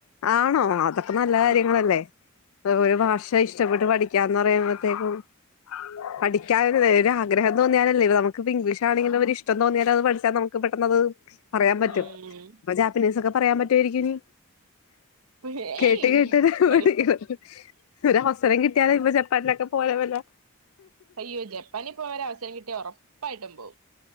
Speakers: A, on the left; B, on the right.
A: ആണോ, അതൊക്കെ നല്ല കാര്യങ്ങളല്ലേ?
B: ഉം
A: ഒ ഒര് ഭാഷ ഇഷ്ടപ്പെട്ട് പഠിക്കാന്ന് പറയുമ്പൊത്തേക്കും. പഠിക്കാനല്ലേ ഒരു ആഗ്രഹം തോന്നിയാലല്ലേ ഇത് നമുക്കിപ്പോ ഇംഗ്ലീഷ് ആണെങ്കിലും ഒരു ഇഷ്ടം തോന്നിയാ ട്ട് അത് പഠിച്ചാൽ നമുക്ക് പെട്ടെന്നത് പറയാൻ പറ്റും,
B: ഉം
A: ഇപ്പൊ ജാപ്പനീസ് ഒക്കെ പറയാൻ പറ്റുവായിരിക്കും ഇനി.
B: ഏയ്
A: കേട്ട് കേട്ട്
B: പഠി-
A: ഒര് ഇത് ഒരു അവസരം കിട്ടിയാല് ഇപ്പ ചെ പല്ലൊക്കെ പോയപോലെ.
B: അയ്യോ, ജപ്പാനിൽ പോകാൻ ഒരു അവസരം കിട്ടിയ ഉറപ്പായിട്ടും പോവും.